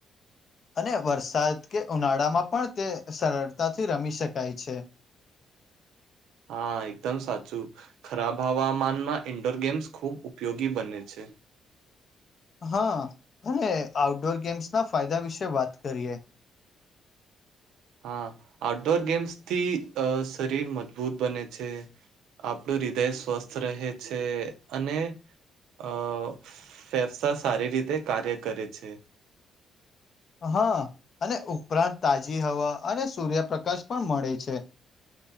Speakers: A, on the left; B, on the right.
A: અને વરસાદ કે ઉનાળામાં પણ તે સરળતાથી રમી શકાય છે.
B: હા એકદમ સાચું ખરાબ હવામાનમાં ઈન્ડોર ગેમ્સ ખુબ ઉપયોગી બને છે.
A: હા અને આઉટડોર ગેમ્સના ફાયદા વિશે વાત કરીએ.
B: હા આઉટડોર ગેમ્સથી અ શરીર મજબૂત બને છે. આપણું હૃદય સ્વસ્થ રહે છે અને અ ફેફસા સારી રીતે કાર્ય કરે છે.
A: હા અને ઉપરાંત તાજી હવા અને સૂર્યપ્રકાશ પણ મળે છે.